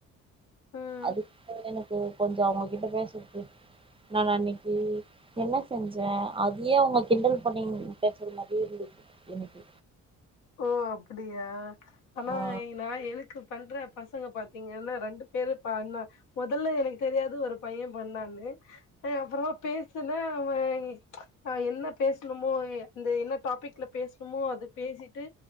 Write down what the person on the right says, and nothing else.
அதுக்கு எனக் க்கு கொஞ்ச அவங்கிட்ட பேசுறதுக்கு நா அன்னிக்கு என்ன செஞ்சேன் அதயே அவங்க கிண்டல் பண்ணி பேசுற மாரியே இருந்தது எனக்கு
ஆ